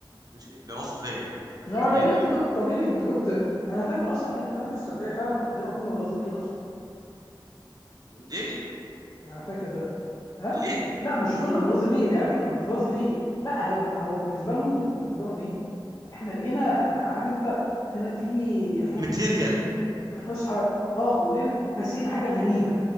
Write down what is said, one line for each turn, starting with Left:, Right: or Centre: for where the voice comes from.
Right: ماشي بيرازوا فيا يعني
Left: لا
Right: كتير
Left: ليه انت
Right: قوي
Left: كنت طبيعي انت كنت انا فاكر اصلا كان في حد في السعوديه فعلا عندنا كنا بنرازي فيه اصلا
Right: ليه
Left: يعني فاكر ده ها
Right: ليه
Left: لا مش
Right: ليه
Left: كنا بنرازي فيه العيال كانت بترازي فيه لا هو هو بالنسبه لهم هو بالنسبه لهم ايه احنا لقينا آه، عارف انت في في عيال
Right: ماتيريال
Left: كتير والفسحه اه ولقينا بس لقينا حاجه غريبه